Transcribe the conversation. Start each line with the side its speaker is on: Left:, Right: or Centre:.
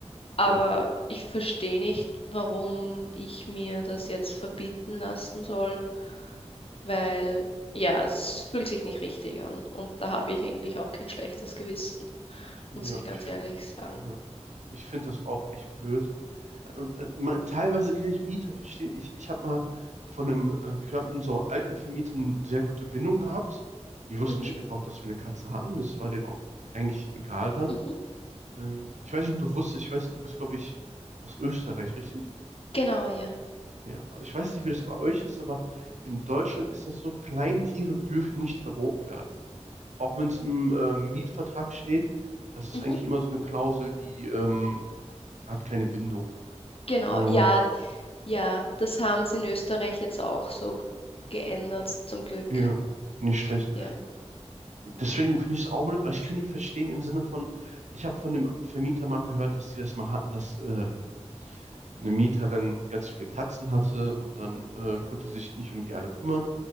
Left: Aber
Right: Ja,
Left: ich verstehe nicht, warum ich mir das jetzt verbieten lassen soll, weil ja, es fühlt sich nicht richtig an. Und da habe ich eigentlich auch kein schlechtes Gewissen,
Right: ja,
Left: muss ich ganz
Right: ich, f-
Left: ehrlich sagen.
Right: ja. Ich finde das auch echt blöd. Äh, äh, man, teilweise kann ich Mieter verstehen. Ich, ich habe mal von einem, äh, wir haben mit unserem alten Vermieter eine sehr gute Bindung gehabt. Die wussten
Left: Mhm,
Right: später auch, dass wir eine Katze hatten. Das war denen auch eigentlich egal dann.
Left: mhm,
Right: Ähm, ich weiß nicht, ob du wusstest, ich weiß, du bist, glaube ich, aus Österreich, richtig?
Left: genau, ja.
Right: Ja, also ich weiß nicht, wie das bei euch ist, aber in Deutschland ist das so, Kleintiere dürfen nicht verboten werden. Auch wenn es im äh, Mietvertrag steht, das ist
Left: Mhm,
Right: eigentlich immer so eine Klausel, die ähm, hat keine Bindung.
Left: genau,
Right: Und
Left: ja, ja, das haben sie in Österreich jetzt auch so geändert, zum Glück.
Right: ja, nicht schlecht.
Left: Ja,
Right: Deswegen finde ich es auch blöd, aber ich kann die verstehen im Sinne von, ich habe von dem Vermieter mal gehört, dass die das mal hatten, dass ähm, eine Mieterin ganz viele Katzen hatte und dann äh, konnte sich nicht um die alle kümmern.